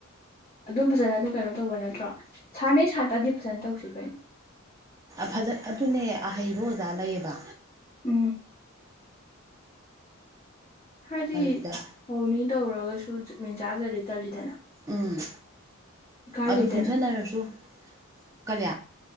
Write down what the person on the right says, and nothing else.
ꯐꯖ ꯑꯗꯨꯅꯦ ꯑꯍꯩꯕ ꯑꯣꯖꯥ ꯂꯩꯌꯦꯕ꯫
ꯑꯗꯨꯗ
ꯎꯝ
ꯑꯗꯨ ꯄꯨꯟꯖꯟꯅꯔꯁꯨ ꯀꯔꯤ꯫